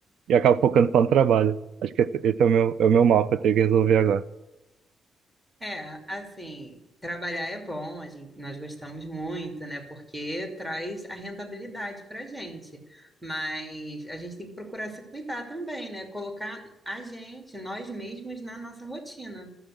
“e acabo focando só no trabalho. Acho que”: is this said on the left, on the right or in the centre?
Right